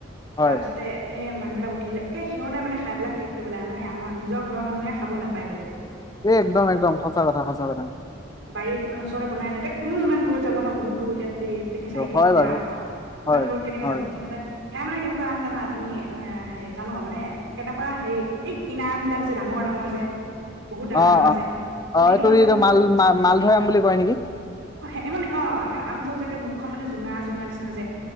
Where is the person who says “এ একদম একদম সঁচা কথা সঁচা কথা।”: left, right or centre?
Left